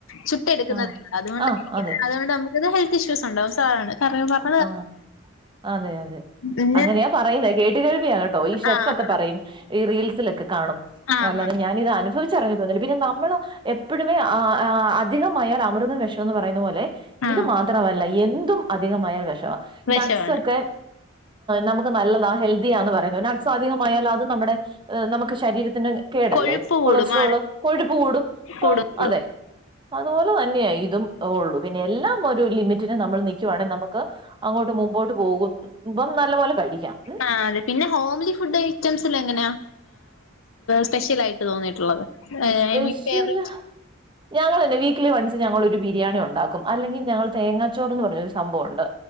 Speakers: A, on the left (about 75°); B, on the right (about 25°).
A: ചുട്ട് ട്ടെടുക്കുന്നത
B: ആ
A: അതുകൊണ്ട്
B: ആ അതെ
A: അത്കൊണ്ട് നമുക്കത് ഹെൽത്ത് ഇഷ്യൂസ്ണ്ടാവും <unintelligible>
B: ആഹ് അതെ അതെ
A: പിന്നെ
B: അങ്ങനെയാ പറയുന്നെ കേട്ട് കേൾവിയാ കേട്ടോ ഈ ഷെഫൊക്കെ
A: ആഹ്
B: പറയും ഈ റീൽസിലൊക്കെ കാണും
A: ആഹ്
B: അല്ലാതെ ഞാനിത് അനുഭവിച്ചിറഞ്ഞിട്ടൊന്നില്ല പിന്നെ നമ്മൾ എപ്പഴുമേ ആഹ് ആഹ് അധികമായാൽ അമൃതം വിഷംന്ന് പറയുന്ന പോലെ
A: ആഹ്
B: ഇത് മാത്രമല്ല എന്തും അധികമായ വിഷവാ
A: വിഷമാണ്
B: നട്സൊക്കെ നമുക്ക് നല്ലതാ ഹെൽദിയാന്ന് പറയുന്നത് നഡ്സ് അധികമായാൽ അത് നമ്മുടെ നമുക്ക് ശരീരത്തിന് കേടല്ലേ
A: കൊഴുപ്പ് കൂടും
B: കൊളസ്ട്രോള്
A: ആണ്
B: കൊഴുപ്പ് കൂടും
A: കൂടും
B: ഓഹ്
A: കൂടും
B: അതെ അതുപോലെ തന്നെയാ ഇതും ഉള്ളൂ പിന്നെ എല്ലാം ഒരു ലിമിറ്റിന് നമ്മൾ നിക്കുവാണെ ക്ക് അങ്ങോട്ട് മുമ്പോട്ട് പോകുമ്പം നല്ല പോലെ കഴിക്കാം ഉം
A: ആഹ് അതെ പിന്നെ ഹോംലി ഫുഡ് ഐറ്റംസിൽ എങ്ങനെയാ സ്പെഷ്യൽ ആയിട്ട് തോന്നിയിട്ടുള്ളത്
B: സ്പെഷ്യൽ
A: ഐ മീൻ ഫേവറേറ്റ്
B: ഞങ്ങൾ തന്നെ വീക്ക്‌ലി വൺസ് ഞങ്ങള് ഒരു ബിരിയാണി ഉണ്ടാക്കും അല്ലെങ്കിൽ ഞങ്ങൾ തേങ്ങാച്ചോറെന്ന് പറഞ്ഞൊരു സംഭവമുണ്ട്